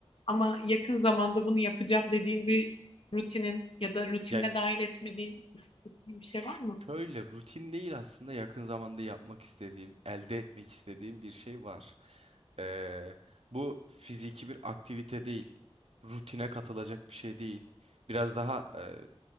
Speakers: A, on the left; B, on the right.
A: Ama yakın zamanda bunu yapacağım dediğin bir rutinin ya da rutinine
B: Ya
A: dahil etmediğin bir
B: Ş-
A: şey var mı?
B: Şöyle rutin değil aslında yakın zamanda yapmak istediğim, elde etmek istediğim bir şey var. Ee, bu fiziki bir aktivite değil, rutine katılacak bir şey değil. Biraz daha e,